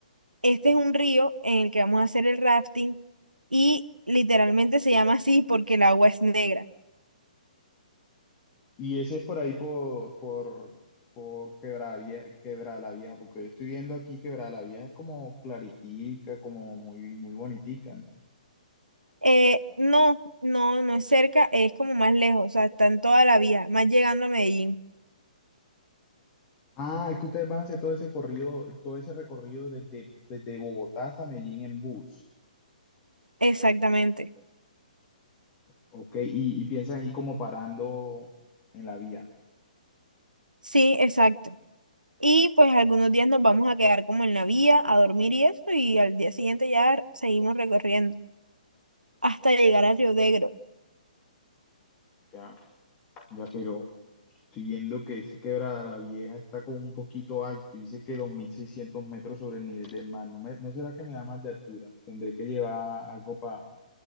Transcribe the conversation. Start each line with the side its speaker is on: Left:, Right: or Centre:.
Right: Este es un río en el que vamos a hacer el rafting y literalmente se llama así porque el agua es negra.
Left: Y ese es por ahí por, por, por Quebrada Vieja, Quebrada la Vieja, porque yo estoy viendo aquí Quebrada la Vieja es como claritica, como muy, muy bonitica. ¿no?
Right: Eh, no, no, no es cerca, es como más lejos, o sea, está en toda la vía, más llegando a Medellín.
Left: Ah, es que ustedes van a hacer todo ese corrido, todo ese recorrido desde, desde Bogotá hasta Medellín en bus,
Right: Exactamente.
Left: ¿ok? Y, y piensan ir como parando en la vía.
Right: Sí, exacto. Y pues algunos días nos vamos a quedar como en la vía a dormir y eso, y al día siguiente ya seguimos recorriendo hasta llegar a Río Negro.
Left: Ya, ya, pero, Estoy viendo que ese quebrada la vieja está como un poquito alto, dice que 2.600 metros sobre el nivel del mar. No, me- no será que me da más de altura, tendré que llevar algo para